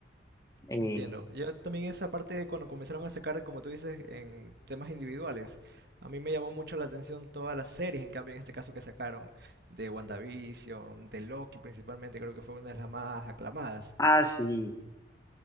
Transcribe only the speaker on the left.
Eh,
ah, sí.